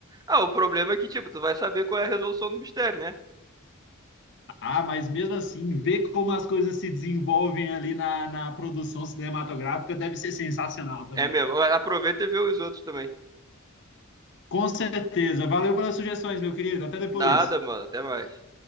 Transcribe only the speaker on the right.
Ah, o problema é que, tipo, tu vai saber qual é a resolução do mistério, né?
É mesmo. Aproveita e vê os outros também.
Nada, mano. Até mais.